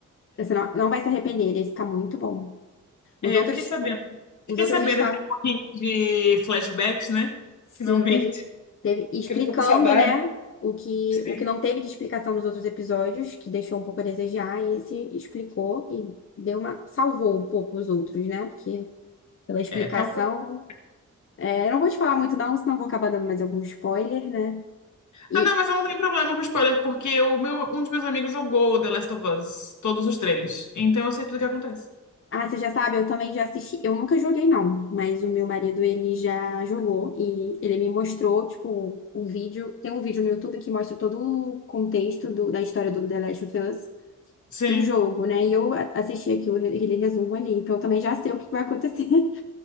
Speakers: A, on the left; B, on the left.
A: Você não, não vai se arrepender, esse tá muito bom. Os
B: É,
A: outros,
B: eu fiquei sabendo. Fiquei
A: os outros
B: sabendo
A: estavam,
B: que tem um pouquinho de flashbacks, né?
A: sim,
B: Finalmente.
A: teve,
B: <laughs>
A: teve explicando,
B: Que eu já tô com saudade.
A: né, o que,
B: Sim.
A: o que não teve de explicação nos outros episódios, que deixou um pouco a desejar, e esse explicou e deu uma, salvou um pouco os outros, né, porque pela explicação,
B: É, tá um pouco.
A: é, eu não vou te falar muito não, senão eu vou acabar dando mais algum spoiler, né, e
B: Ah, não, mas eu não tenho problema com spoiler, porque o meu, um dos meus amigos jogou The Last of Us, todos os três. Então eu sei tudo o que acontece.
A: Ah, você já sabe, eu também já assisti. Eu nunca joguei, não, mas o meu marido, ele já jogou e ele me mostrou, tipo, o vídeo. Tem um vídeo no YouTube que mostra todo o contexto do- da história do The Last of Us
B: Sim.
A: no jogo, né? E eu a- assisti aquilo, aquele resumo ali, então eu também já sei o que vai acontecer. <laughs>